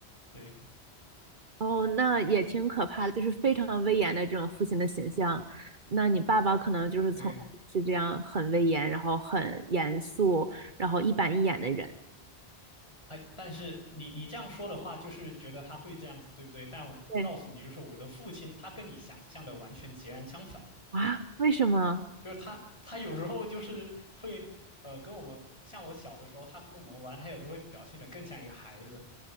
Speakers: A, on the left; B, on the right.
A: 对
B: 哦，那也挺可怕的，就是非常威严的这种父亲的形象。那你爸爸可能就是从是这样很威严，
A: 对，
B: 然后很严肃，然后一板一眼的人。
A: 哎，但是你你这样说的话，就是觉得他会这样子，对不对？但我告诉你，
B: 对
A: 就是我的父亲，他跟你想象的完全截然相反，
B: 啊，为什么？
A: 就是他他有时候就是会，呃，跟我们像我小的时候，他跟我们玩，他有时候会表现得更像一个孩子。